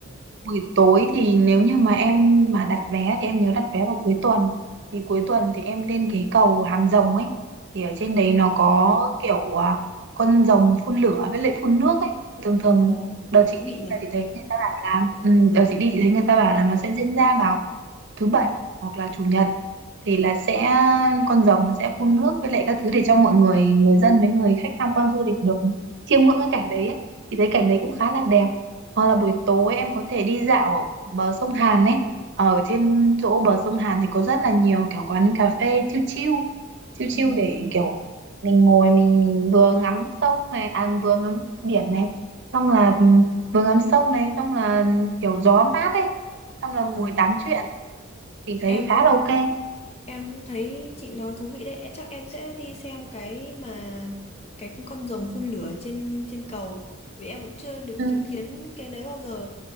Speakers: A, on the right (about 60°); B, on the left (about 30°).
A: buổi tối thì nếu như mà em mà đặt vé thì em nhớ đặt vé vào cuối tuần thì cuối tuần thì em lên cái cầu Hàm Rồng ấy thì ở trên đấy
B: À,
A: nó có kiểu à, con rồng phun lửa với lại phun nước ấy thường thường
B: ồ,
A: đợt
B: thú
A: chị
B: vị
A: đi
B: nhở?
A: là chị thấy người ta bảo là ừ, đợt chị đi chị thấy người ta bảo là nó sẽ diễn ra vào thứ bảy hoặc là chủ nhật thì là sẽ con rồng nó sẽ phun nước với lại các thứ để cho mọi người người dân với người khách tham quan du lịch được chiêm ngưỡng cái cảnh đấy ấy. Thì thấy cảnh đấy cũng khá là đẹp hoặc là buổi tối em có thể đi dạo ở bờ sông Hàn ấy. Ở trên chỗ bờ sông Hàn thì có rất là nhiều kiểu quán cà phê chill chill. Chill chill
B: Ừ.
A: để kiểu mình ngồi mình vừa ngắm sông này, à vừa ngắm biển này. Xong là ừm, vừa ngắm sông này, xong là ừ, kiểu gió mát ấy. Xong là
B: Ừ.
A: ngồi tám chuyện thì thấy
B: Em
A: khá
B: cũng
A: là ok.
B: em cũng thấy chị nói thú vị đấy, chắc em sẽ đi xem cái mà cái con rồng phun lửa trên trên cầu, vì em cũng chưa được
A: Ừ,
B: chứng kiến cái đấy bao giờ.